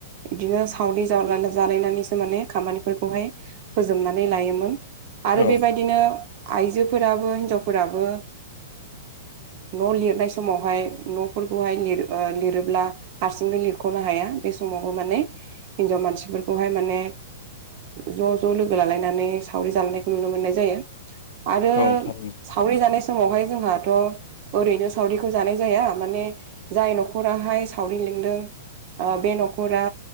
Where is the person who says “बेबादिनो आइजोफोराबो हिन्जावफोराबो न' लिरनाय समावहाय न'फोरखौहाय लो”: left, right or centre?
Right